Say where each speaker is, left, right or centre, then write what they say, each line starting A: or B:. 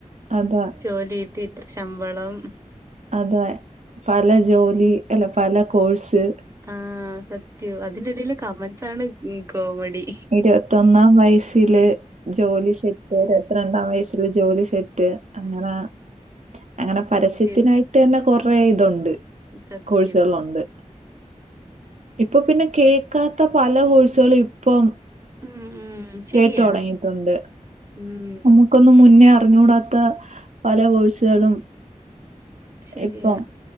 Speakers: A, on the right; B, on the right.
A: അതാ
B: ജോലിട്ടി ത്ര ശമ്പളം
A: അതെ പല ജോലി അല്ല പല കോഴ്സ്
B: ആഹ് സത്യം അതിന്റെടീല് കമൻസാ ണ് കോമഡി
A: ഇരുവത്തൊന്നാം വയസ്സില് ജോലി സെറ്റ് രത് രണ്ടാം വയസ്സിൽജോലി സെറ്റ് അങ്ങനാ അങ്ങനെ പരസ്യത്തിനായിട്ടെന്നെ
B: സത്യം
A: കൊറേ തൊണ്ട്
B: സത്യം
A: കോഴ്സോളുണ്ട് ഇപ്പൊ പിന്നെ കേക്കാത്ത പല കോഴ്സുകളളുഇപ്പം
B: ഉം, ഉം. ശരിയാ.
A: കേട്ടോടങ്ങീട്ടുണ്ട്
B: ഉം.
A: ൻക്കൊന്നും മുന്നേ അറിഞ്ഞൂടാത്ത പല കോഴ്സുകളും
B: ശരിയാ.
A: ഇപ്പം